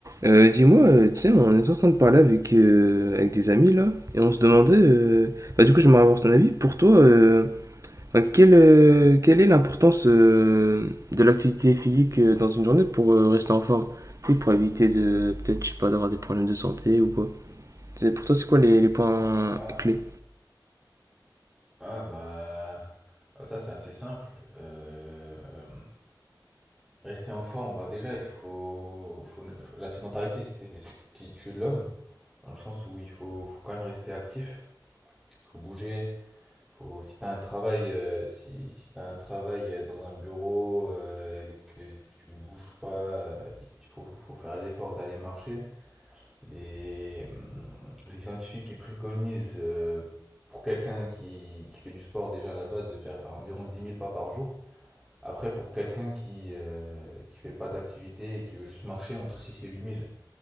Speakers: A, on the right; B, in the centre.
A: Euh, dis-moi, euh, tu sais, on est en train de parler avec, euh, avec des amis là, et on se demandait, euh, bah, du coup j'aimerais avoir ton avis, pour toi, euh, enfin, quelle, euh, quelle est l'importance euh, de l'activité physique euh, dans une journée pour euh, rester en forme? Tu sais, pour éviter de, peut-être, je sais pas, d'avoir des problèmes de santé ou quoi. Tu sais, pour toi, c'est quoi les, les points
B: Ah,
A: clés?
B: ah bah ah, ça c'est assez simple. Euh, rester en forme, bah déjà il faut, faut ne- la sédentarité c'est ce qui tue l'homme, dans le sens où il faut, faut quand même rester actif, faut bouger, faut si t'as un travail euh, si, si t'as un travail euh, dans un bureau euh, et que tu bouges pas, euh, il faut, faut faire l'effort d'aller marcher. les, hum, les scientifiques qui préconisent euh, pour quelqu'un qui, qui fait du sport déjà à la base de faire environ dix mille pas par jour. Après, pour quelqu'un qui euh, qui fait pas d'activité et qui veut juste marcher entre six et huit mille,